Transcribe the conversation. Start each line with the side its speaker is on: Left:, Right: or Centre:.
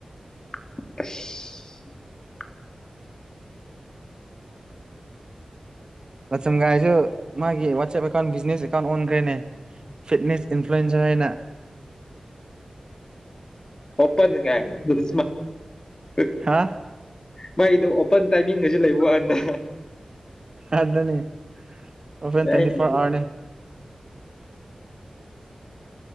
Left: <inaudible>
Right: ꯂꯆꯝꯒꯥꯏꯁꯨ ꯃꯥꯒꯤ ꯋꯥꯆꯦꯞ ꯑꯦꯀꯥꯎꯟ ꯕꯤꯖꯤꯅꯦꯁ ꯑꯦꯀꯥꯎꯟ ꯑꯣꯟꯈ꯭ꯔꯦꯅꯦ ꯐꯤꯠꯅꯦꯁ ꯏꯟꯐ꯭ꯂꯨꯋꯟꯖꯔ ꯍꯥꯏꯅ
Left: ꯑꯣꯄ ꯑꯗꯨꯉ ꯌꯥꯣꯏ ꯎ
Right: ꯍꯥ
Left: ꯃꯥꯏꯗꯣ ꯑꯣꯄꯟ ꯇꯥꯏꯃꯤꯡꯒꯁꯨ ꯂꯩꯕ ꯀꯥꯟꯗ
Right: ꯑꯗꯨꯗꯅꯤ ꯑꯣ ꯐꯦꯟ
Left: ꯌꯥꯏꯅꯦ
Right: ꯇ꯭ꯋꯦꯟꯇꯤ ꯐꯣꯔꯔꯅꯦ